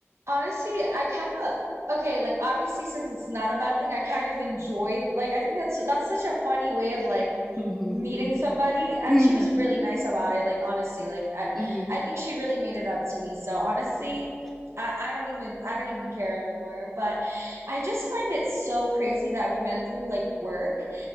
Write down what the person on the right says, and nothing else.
Honestly, I kind of okay, like obviously since it's not a bad thing, I kind of enjoy like I think that's that's such a funny way of like
meeting
somebody and
she was really nice about it, like honestly, like I
I think she really made it up to me. So honestly, I I don't even I don't even care anymore, but I just find it so crazy that we met through like work